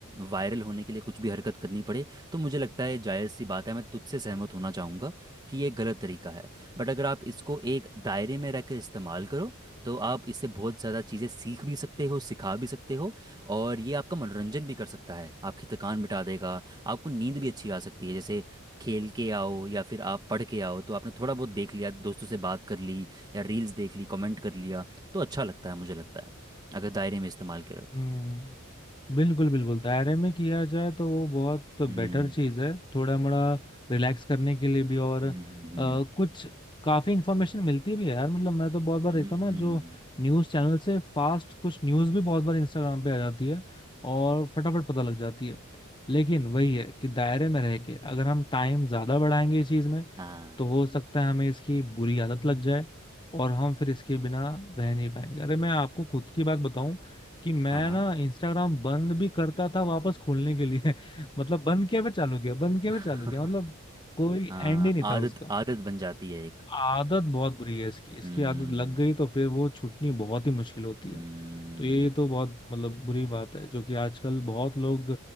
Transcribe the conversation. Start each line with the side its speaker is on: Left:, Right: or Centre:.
Right: वायरल होने के लिए कुछ भी हरकत करनी पड़े तो मुझे लगता है जायज़ सी बात है मैं तुझसे सहमत होना चाहूँगा कि ये गलत तरीका है बट अगर आप इसको एक दायरे में रहकर इस्तेमाल करो तो आप इससे बहुत ज़्यादा चीज़ें सीख भी सकते हो सिखा भी सकते हो और ये आपका मनोरंजन भी कर सकता है आपकी थकान मिटा देगा आपको नींद भी अच्छी आ सकती है जैसे खेल के आओ या फिर आप पढ़ के आओ तो आपने थोड़ा बहुत देख लिया दोस्तों से बात कर ली या रील्स देख ली कमेंट कर लिया तो अच्छा लगता है मुझे लगता है अगर दायरे में इस्तेमाल करें
Left: हम्म। बिल्कुल बिल्कुल दायरे में किया जाए तो वो बहुत
Right: हम्म
Left: बेटर चीज़ है थोड़ा मोड़ा रिलैक्स करने के लिए भी और
Right: हम्म
Left: अ,
Right: हम्म
Left: कुछ काफ़ी इन्फॉर्मेशन मिलती भी है यार मतलब मैं तो बहुत बार
Right: हम्म,
Left: देखता हूँ ना जो न्यूज़ चैनल से फास्ट कुछ न्यूज़ भी बहुत बार इंस्टाग्राम पे आ जाती है और फटाफट पता लग जाती है लेकिन वही है कि दायरे में रह के अगर हम टाइम ज़्यादा बढ़ाएंगे इस चीज़ में
Right: हाँ
Left: तो हो सकता है हमें इसकी बुरी आदत लग जाए और हम फिर इसके बिना रह नहीं पाएंगे अरे मैं आपको खुद की बात बताऊं कि मैं
Right: हाँ हाँ
Left: ना इंस्टाग्राम बंद भी करता था वापस खोलने के लिए <laughs> मतलब बंद किया फिर चालू किया बंद किया
Right: <laughs>
Left: फिर चालू किया मतलब कोई
Right: हाँ,
Left: एंड ही नहीं
Right: आदत
Left: था उसका
Right: आदत बन जाती है एक
Left: आदत बहुत बुरी है इसकी इसकी
Right: हम्म
Left: आदत लग गई तो फिर वो छूटनी बहुत ही मुश्किल होती
Right: हम्म
Left: है तो ये तो बहुत मतलब बुरी बात है जो कि आजकल बहुत लोग